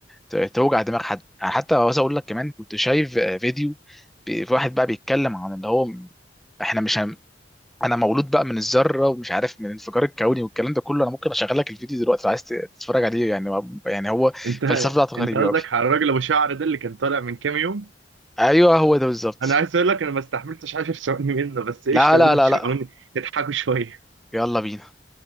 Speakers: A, in the centre; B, on the right (about 90°).
A: ت- توجع دماغ حد يعني حتى عاوز اقول لك كمان كنت شايف آه، فيديو ب- في واحد بقى بيتكلم عن اللي هو م- احنا مش هم... انا مولود بقى من الذره ومش عارف من الانفجار الكوني والكلام ده كله انا ممكن اشغل لك الفيديو دلوقتي لو عايز ت- تتفرج عليه يعني يعني هو
B: انت
A: الفلسفه بتاعته غريبه
B: انت قصدك
A: قوي
B: على الراجل ابو شعر ده اللي كان طالع من كام يوم
A: ايوه هو ده بالظبط
B: انا عايز اقول لك انا ما استحملتش 10 ثواني منه بس ايش
A: لا
B: يلا
A: لا لا
B: شغلوني
A: لا
B: يضحكوا شويه
A: يلا بينا